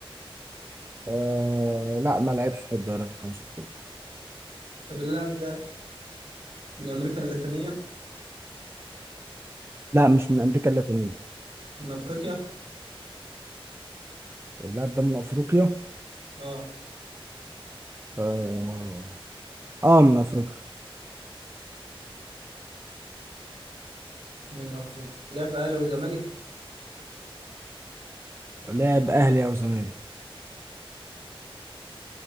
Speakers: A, on the right (about 25°); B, on the right (about 60°).
A: أه لا ما لعبش في الدوريات الخمسة الكبرى
B: طب اللاعب ده من أمريكا اللاتينية؟
A: لا مش من امريكا اللاتينيه
B: من أفريقيا؟
A: اللاعب ده من افريقيا
B: اه
A: اه, آه من افريقيا
B: من أفريقيا لعب في أهلي وزمالك؟
A: لاعب اهلي او زمالك